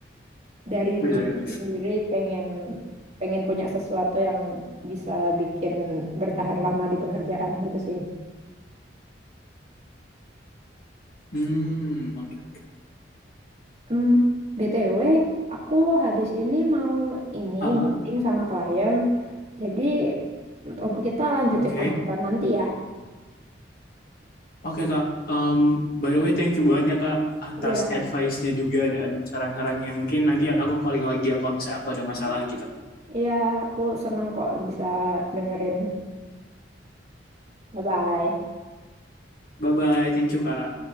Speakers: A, on the right (about 35°); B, on the left (about 55°).
A: dari
B: iya,
A: diri
B: iya, iya.
A: sendiri pengen pengen punya sesuatu yang bisa bikin bertahan lama di pekerjaan gitu sih.
B: Hmm, oke, oke.
A: Hmm, BTW, aku habis ini mau ini
B: Ah,
A: meeting sama klien. Jadi ob- kita lanjutin
B: oke.
A: obrolan nanti ya.
B: Oke Kak, Em, by the way thank you banget ya Kak atas
A: Iya,
B: advice-nya juga dan saran-sarannya. Mungkin nanti aku calling lagi ya kalau misalnya aku ada masalah gitu.
A: iya, aku seneng kok bisa dengerin. Bye-bye.
B: Bye-bye, thank you Kak.